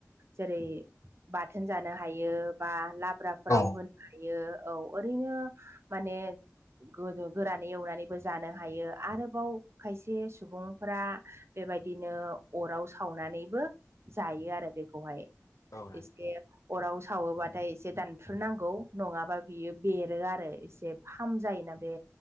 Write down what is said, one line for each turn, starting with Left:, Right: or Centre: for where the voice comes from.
Right: जेरै बाथोन जानो हायो बा लाब्राफोराव
Left: नोंथां औ
Right: होनो हायो। औ ओरैनो माने, गोदो गोरानै एवनानैबो जानो हायो आरोबाव खायसे सुबुंफोरा, बेबायदिनो अराव सावनानैबो जायो आरो बेखौहाय,
Left: औ नोंथां
Right: बे अराव सावोबाथाय एसे दानफ्रुुनांगौ नङाबा बियो बेरो आरो एसे फाम जायोना बे